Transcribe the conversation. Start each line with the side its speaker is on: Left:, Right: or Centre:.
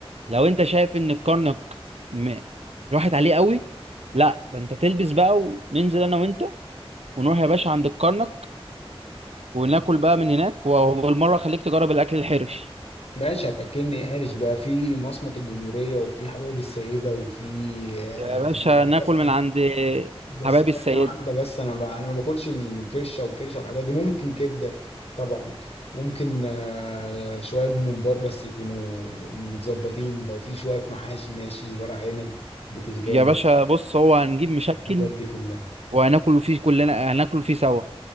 Right: لو أنت شايف إن الكرنك م... راحت عليه قوي لا ده أنت تلبس بقى وننزل أنا وأنت ونروح يا باشا عند الكرنك وناكل بقى من هناك وبالمرة خليك تجرب الأكل الحرش
Left: ماشي هتاكلني ايه حرج بقى في مصمت الجمهوريه وفي حبايب السيده وفي آه،
Right: يا باشا
Left: يعني
Right: ناكل
Left: بس
Right: من عند
Left: بس
Right: حبايب
Left: ثانيه
Right: السيدة
Left: واحده بس انا ما- انا ما باكلش الفرشه والكرشه والحاجات دي ممكن كبده طبعا ممكن آه، شويه ممبار بس يكونوا متظبطين لو في شويه محاشي ماشي ورق عنب بتنجان
Right: يا باشا بص هو هنجيب مشكل
Left: الحاجات دي كلها
Right: وهناكل فيه كلنا هناكل فيه سوا